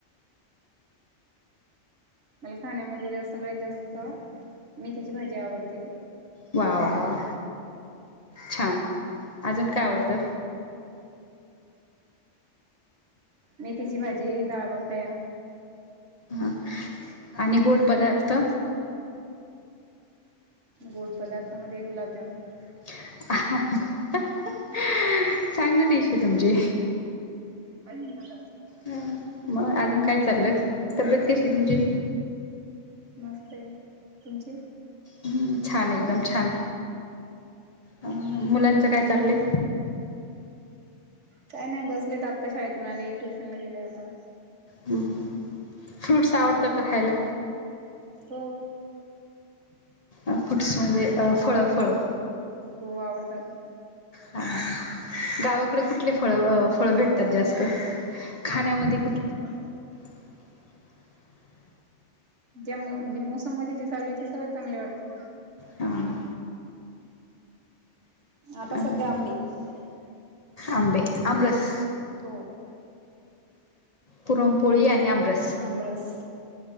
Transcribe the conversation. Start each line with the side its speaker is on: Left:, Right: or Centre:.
Right: मला खाण्यामध्ये, जास् सगळ्यात जास्त, मेथीची भाजी आवडते.
Left: वा! वा! वा? छान! अजून काय आवडतं?
Right: मेथीची भाजी. डाळ बापया.
Left: हां, आणि गोड पदार्थ?
Right: गोड पदार्थामधे, गुलाबजाम.
Left: <unintelligible> चांगली डिशय, तुमची.
Right: <inaudible>
Left: ह. मग अजून काय चाललंय. तब्येत कशीय, तुमची?
Right: मस्तय, तुमची?
Left: हं. छान, एकदम छान. अं मुलांचं काय चाललंय?
Right: काय नाही बसलेत. आत्ता शाळेतून आले. एक ट्युशनला गेलय आता.
Left: ह, ह. फ्रूट्स आवडतं का खायला?
Right: हो
Left: अ फुट्स म्हणजे, अ फळं - फळं.
Right: हो, आवडतात न.
Left: ह. गावाकडे कुठले फळ, व फळ भेटतात जास्त. खाण्यामधी
Right: नाही, म्हणजे <unintelligible>
Left: <inaudible>
Right: ज्या मो मोसममध्ये जे चालूय, ते सगळे चांगले वाटते.
Left: हां
Right: आता
Left: अजून
Right: सध्या, आंबे. <unintelligible>
Left: आंबे. आमरस.
Right: हो
Left: पुरमपोळी आणि आंबरस.
Right: आमरस